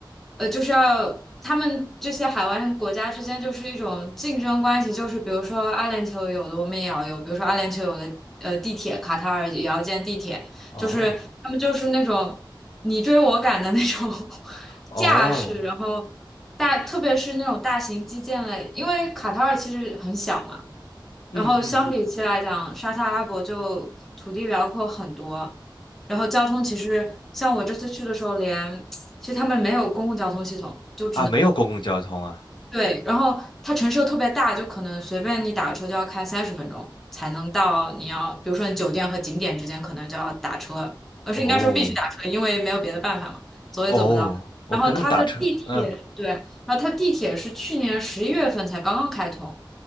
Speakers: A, in the centre; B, on the left (about 75°).
A: 呃，就是要他们这些海湾国家之间就是一种竞争关系，就是比如说阿联酋有的我们也要有，比如说阿联酋有的呃地铁，卡塔尔也要建地铁，
B: 哦
A: 就是他们就是那种你追我赶的那种 <laughs>
B: 哦，
A: 架势，然后大特别是那种大型基建类，因为卡塔尔其实很小嘛。然后相比起来讲，
B: 嗯嗯嗯
A: 沙特阿拉伯就土地辽阔很多，然后交通其实像我这次去的时候连，其实他们没有公共交通系统，就
B: 啊，没有公共交通啊。
A: 对，然后它城市又特别大，就可能随便你打个车就要开三十分钟才能到你要，比如说你酒店和景点之间可能就要打车，而是应该说必须打车，
B: 哦
A: 因为没有别的办法嘛，走也走不到。
B: 哦，我可能打车，
A: 然后它的地铁，
B: 嗯，
A: 对，然后它地铁是去年十一月份才刚刚开通。